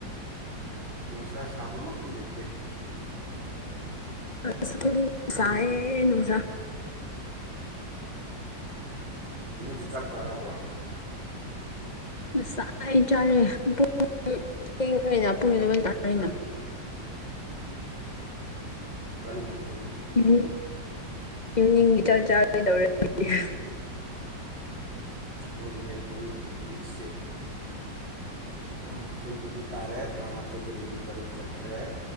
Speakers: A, on the right (about 30°); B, on the left (about 25°).
A: ꯅꯨꯡꯁꯥ ꯁꯥꯕꯃꯛꯇꯤ ꯅꯠꯇꯦ
B: ꯑꯁ ꯑꯩꯈꯣꯏꯗꯤ
A: ꯅꯪꯗꯤ
B: ꯁꯥꯏꯌꯦ ꯅꯨꯡꯁꯥ
A: ꯅꯪꯗꯤ ꯆꯥꯛ ꯆꯥꯔꯕ꯭ꯔꯣ
B: ꯉꯁꯥꯏ ꯆꯥꯔꯦ ꯄꯨꯡ ꯊꯦꯡꯈ꯭ꯔꯦꯅ ꯄꯨꯡ ꯑꯦꯂꯕꯦꯟ ꯇꯥꯔꯦꯅ
A: ꯀꯔꯤ ꯃꯊꯦꯟ
B: ꯏꯚꯤꯅꯤꯡ ꯏꯚꯤꯅꯤꯡꯒꯤ ꯆꯥꯛ ꯆꯥꯒꯗꯧꯔꯦ ꯑꯩꯈꯣꯏꯗꯤ
A: ꯍꯣꯏꯅꯦ ꯄꯨꯡ ꯍꯧꯖꯤꯛꯁꯤ ꯇꯔꯥꯃꯥꯊꯣꯏꯕꯨꯗꯤ ꯇꯥꯔꯦ ꯇꯔꯥꯃꯥꯊꯣꯏꯒ ꯃꯤꯅꯤꯠ ꯇꯔꯨꯛ ꯆꯠꯈ꯭ꯔꯦ